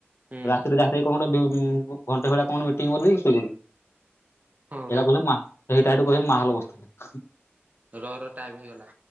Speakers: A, on the right; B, on the left.
A: ହୁଁ
B: ରାତିରେ ଯାହାଥାଇକି କଣ ଗୋଟେ, ଭି-ଉଁ ଘଣ୍ଟେ ଭଳିଆ କଣ ମିଟିଂ କରିଦେଇକି ଶୋଇପଡ଼ିବୁ।
A: ହଁ
B: ହେଇଟା
A: ବା
B: କୁହିବେ ମା! ହେଇଟା ହେଟୁ କହିବେ ମାହୋଲ ବସିଥିଲା।
A: ର ର ଟାଇମ୍ ହେଇଗଲା।